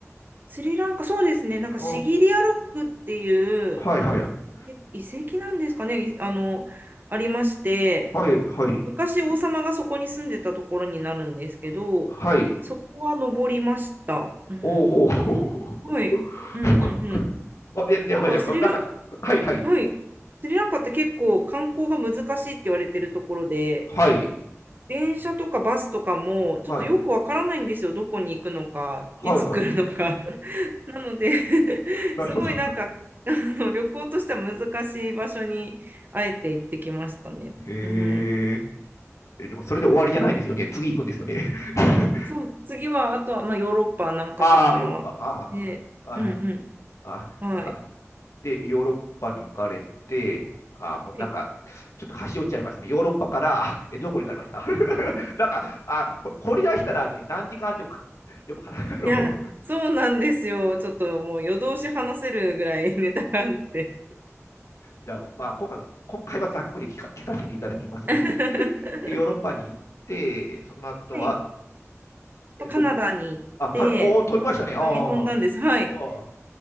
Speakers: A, on the right; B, on the left.
A: スリランカ、そうですね。なんかシギリアロックっていう
B: あ、はいはい
A: え遺跡なんですかね。いあの、ありまして、
B: はい、はい、
A: 昔王様がそこに住んでたところになるんですけど、
B: はい。
A: そこは登りました。うん。
B: おお、ほうほうほう
A: はい。
B: す
A: うんうんうん。
B: <laughs> ごいすごい。あ、いや、いや、
A: なんかスリラン、
B: ごめんなさい、なんか、はいはい、
A: はい。スリランカって結構観光が難しいって言われてるところで、
B: はい、
A: 電車とかバスとかも、
B: はい、
A: ちょっとよくわからないんですよ。どこに行くのか、
B: はい、
A: いつ来るのか。
B: はい。
A: <laughs> なので <laughs>
B: なるほど。
A: すごいなんか、あの、旅行としては難しい場所に、あえて行ってきましたね。
B: へえ。
A: うん。
B: えでもそれで終わりじゃないんですよね。次行くんですよね。<laughs>
A: あ、そう、次は、あとは、まあ、ヨーロッパ何か所か回って、
B: ああ、ヨーロッパ。はあ、はあ、はいはい。
A: うんう
B: あ、
A: ん。はい。
B: なんか、で、ヨーロッパに行かれて、あもうなんか、
A: はい
B: ちょっと端折っちゃいますね。ヨーロッパから、えどこに行かれました <laughs> なんか、あこれ、掘り出したらね、何時間あってもか、でも、<laughs> あの、
A: いや、そうなんですよ。ちょっともう夜通し話せるぐらい <laughs> ネタがあって。
B: じゃあ、まあ、今回は、今回はざっくり聞か聞かせていただきます。
A: <laughs> は
B: <laughs> で、ヨーロッパに行って、その後は、
A: い。
B: えどこ
A: カナダに行って、
B: あ、かおお、飛びましたね。あー
A: 乗り飛んだんです。はい。
B: あ